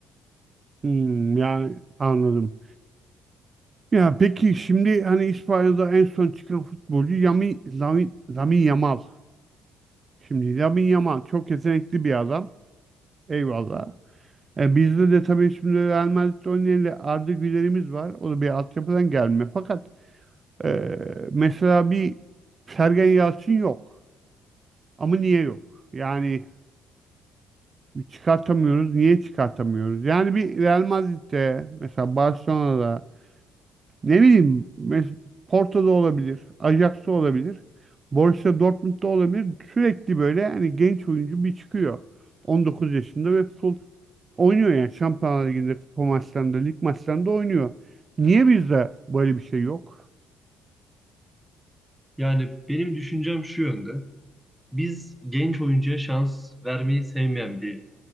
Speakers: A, on the right; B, in the centre.
A: Hmm, yani anladım. Ya peki şimdi hani İspanya'da en son çıkan futbolcu Yami, Lamin, Lamin Yamal. Şimdi Lamin Yamal çok yetenekli bir adam. Eyvallah. E, bizde de tabii şimdi Real Madrid'de oynayan Arda Güler'imiz var. O da bir altyapıdan gelme. Fakat Ee, mesela bir Sergen Yalçın yok. Ama niye yok? Yani çıkartamıyoruz. Niye çıkartamıyoruz? Yani bir Real Madrid'de, mesela Barcelona'da, ne bileyim, mes- Porto'da olabilir, Ajax'ta olabilir, Borussia Dortmund'da olabilir. Sürekli böyle hani genç oyuncu bir çıkıyor. 19 yaşında ve full oynuyor yani. Şampiyonlar Ligi'nde, kupa maçlarında, lig maçlarında oynuyor. Niye bizde böyle bir şey yok?
B: Yani benim düşüncem şu yönde. Biz genç oyuncuya şans vermeyi sevmeyen bir